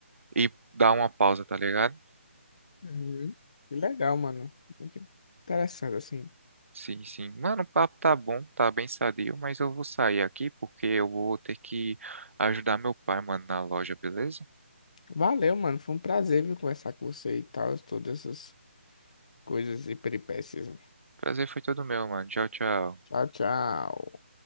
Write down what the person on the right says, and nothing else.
e dar uma pausa, tá ligado?
Sim, sim. Mano, o papo tá bom, tá bem sadio, mas eu vou sair aqui porque eu vou ter que ajudar meu pai, mano, na loja, beleza?
Prazer foi todo meu, mano. Tchau, tchau.